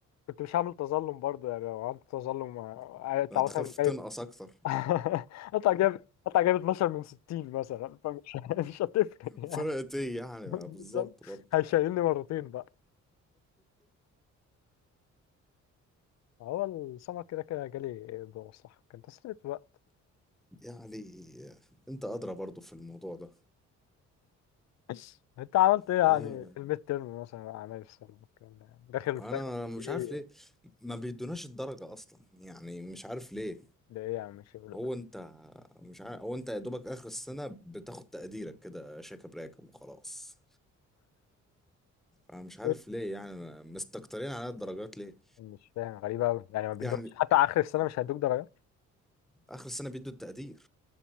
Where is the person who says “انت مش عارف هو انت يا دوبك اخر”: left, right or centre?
Centre